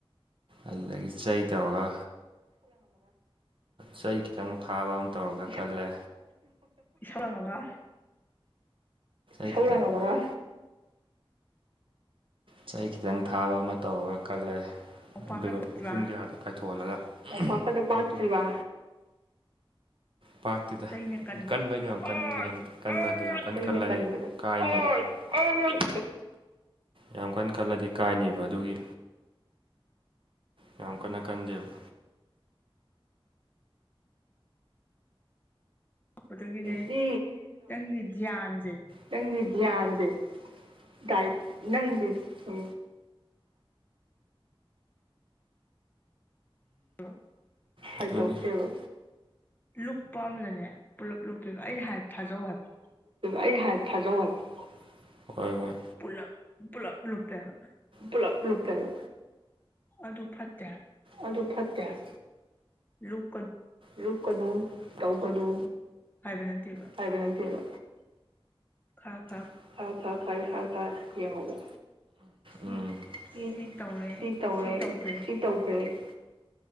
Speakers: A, on the right (about 65°); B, on the left (about 20°).
A: ꯑꯗꯨꯗꯒꯤ ꯆꯩ ꯇꯧꯔꯒ ꯆꯩ ꯈꯤꯇꯪ ꯊꯥꯕ ꯑꯃ ꯇꯧꯔꯒ ꯈꯜꯂꯦ
B: ꯏꯁꯧ ꯂꯥꯡꯉꯕ
A: ꯢꯁꯧ ꯂꯥꯡꯉꯝꯃꯒ ꯆꯍꯤ ꯈꯤꯇꯪ ꯊꯥꯕ ꯑꯃ ꯇꯧꯔꯒ ꯀꯜꯂꯦ
B: ꯃꯣꯝꯄꯥꯛꯅ
A: ꯑꯗꯨꯒ
B: ꯄꯠꯈꯤꯕ
A: ꯎꯐꯨꯟ ꯀꯌꯥꯗ ꯀꯥꯏꯊꯣꯛꯍꯜꯂꯒ ꯑꯥꯢꯄꯀ ꯅꯨꯄꯥ ꯊꯤꯕ ꯄꯥꯇꯨꯗ
B: ꯆꯩꯅ ꯀꯟꯕ
A: ꯀꯟꯕꯒꯤ ꯌꯥꯝ ꯀꯟ
B: ꯑꯣꯠ
A: ꯀꯟꯕꯗꯤ
B: ꯑꯣꯠ
A: ꯌꯥꯝ ꯀꯟꯅ
B: ꯀꯟ
A: ꯀꯟꯂ ꯍꯣꯢ ꯑꯣꯢꯠ ꯌꯥꯝ ꯀꯟꯅ ꯀꯜꯂꯗꯤ ꯀꯥꯏꯅꯦꯕ ꯑꯗꯨꯒꯤ ꯌꯥꯝ ꯀꯟꯅ ꯀꯟꯗꯦꯕ
B: ꯑꯗꯨꯒꯤꯅꯦ
A: ꯁꯤ
B: ꯅꯪꯒꯤꯗꯤꯌꯥꯥꯟꯁꯦ
A: ꯆꯪꯗꯌꯥ ꯑꯜꯗꯦ ꯀꯥꯏ ꯅꯪꯗꯤ ꯎ
B: ꯑ
A: ꯍꯥꯏꯗꯣ ꯇꯦꯕ
B: ꯂꯨꯞꯄ ꯑꯃꯗꯅꯦ ꯄꯨꯂꯞ ꯂꯨꯞꯄꯦꯕ ꯑꯩꯅ ꯍꯥꯏ ꯊꯥꯖꯧ ꯍꯥꯏꯕ
A: ꯑꯩꯟ ꯍꯥꯢꯕ ꯊꯥꯖꯧ ꯍꯕ
B: ꯄꯨꯂꯞ ꯄꯨꯂꯞ ꯂꯨꯄꯦꯕ
A: ꯄꯨꯂꯞ ꯂꯨꯞꯄꯦꯕ
B: ꯑꯗꯨ ꯑꯗꯨ ꯐꯠꯇꯦ
A: ꯑꯗꯨ ꯐꯠꯇꯦꯕ
B: ꯂꯨꯞ
A: ꯂꯨꯄꯀꯅꯨ ꯇꯧꯒꯅꯨ
B: ꯍꯥꯏꯕ ꯅꯠꯇꯦꯕ
A: ꯍꯥꯏꯕ ꯅꯠꯇꯦꯕ
B: ꯈꯥ
A: <unintelligible> ꯌꯦꯡꯉꯣꯕ
B: ꯁꯤ
A: ꯎꯝ ꯏ
B: ꯁꯤ ꯇꯧꯔꯦ
A: ꯇꯧꯔꯦ
B: ꯁꯤ ꯇꯧꯈ꯭ꯔꯦ
A: ꯁꯤ ꯇꯧꯈ꯭ꯔꯦ